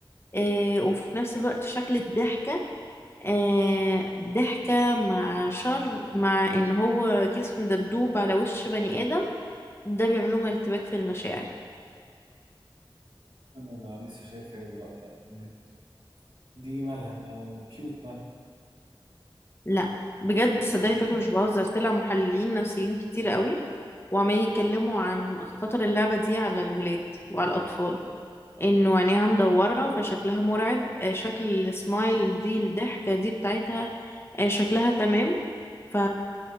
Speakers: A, on the left; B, on the right.
A: آه وفي نفس الوقت شكل الضحكه آه ضحكه مع شر مع ان هو جسم دبدوب على وش بني ادم ده بيعمل لهم ارتباك في المشاعر
B: انا أنا لسه شايفها دلوقتي يعني إن دي مالها ما ما كيوت مالها
A: لا بجد صدقني فاكره مش بهزر طلع محللين نفسيين كتير قوي وعمالين يتكلموا عن خطر اللعبه دي على الولاد وعلى الاطفال انه عينيها مدورة فشكلها مرعب آه، شكل السمايل دي الضحكة دي بتاعتها آه، شكلها تمام ف...